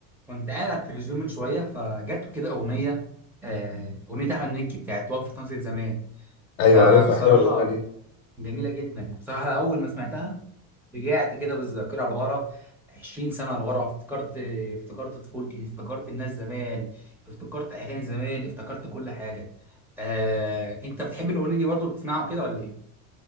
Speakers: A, in the centre; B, on the left.
A: كنت قاعد على التلفزيون من شويه فجت كده اغنيه آه، اغنيه احمد مكي بتاعت وقفه ناصية زمان
B: ايوه
A: فبصراحه
B: عارفها حلوه الاغنيه دي
A: جميله جدا بصراحه اول ما سمعتها رجعت كده بالذاكره لورا 20 سنه لورا افتكرت افتكرت طفولتي افتكرت الناس زمان افتكرت اغاني زمان افتكرت كل حاجه آه، انت بتحب الاغنيه دي برضه بتسمعها كده ولا ايه